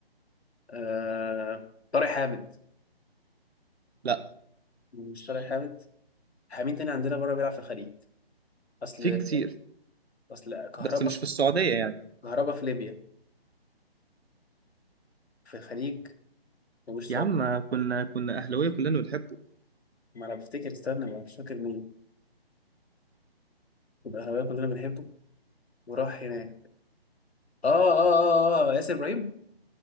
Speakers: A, on the left; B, on the right.
A: آه... طارق حامد
B: لا
A: مش طارق حامد حامين تاني عندنا بره بيلعب في الخليج اصل
B: في كتير
A: اصل كهربا
B: بس مش في السعودية يعني
A: كهربا في ليبيا في الخليج مش
B: يا
A: صار
B: عم كنا كنا اهلاويه كلنا بنحبه
A: ما انا بفتكر استنى ما مش فاكر مين والأهلاوية كلنا بنحبه وراح هناك اه اه اه اه آه، ياسر ابراهيم